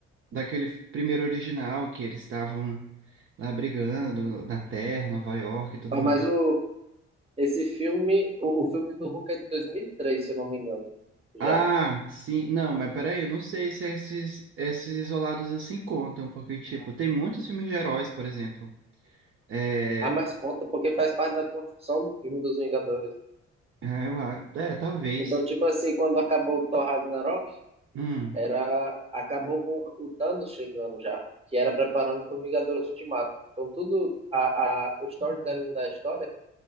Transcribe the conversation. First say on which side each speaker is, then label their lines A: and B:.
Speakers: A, on the right; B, on the right.
A: daquele primeiro original que eles estavam lá brigando na Terra, Nova York e tudo
B: Ah,
A: mais.
B: mas o, esse filme, o, o filme do Hulk é de 2003, se eu não me engano, já.
A: Ah, sim. Não, mas peraí, eu não sei se esses, esses isolados assim contam, porque, tipo, tem muitos filmes de heróis, por exemplo. É,
B: Ah, mas conta porque faz parte da construção do filme dos Vingadores.
A: ah, eu, a- é, talvez.
B: Então, tipo assim, quando acabou o Thor Ragnarok,
A: Hum.
B: era, acabou com o Thanos chegando já, que era preparando pro Vingadores Ultimato. Então, tudo, a, a, o storytelling da história